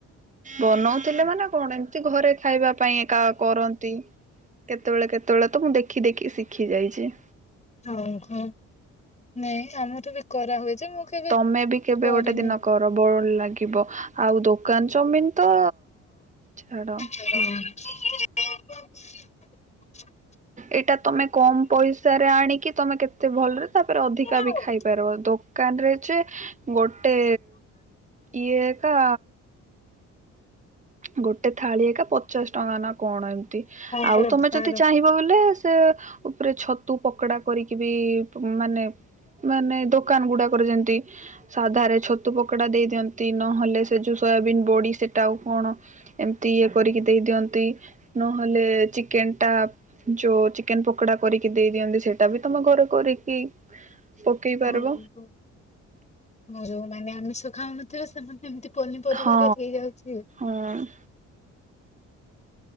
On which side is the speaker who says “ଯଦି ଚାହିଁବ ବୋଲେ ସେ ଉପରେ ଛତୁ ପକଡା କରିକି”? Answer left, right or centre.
Right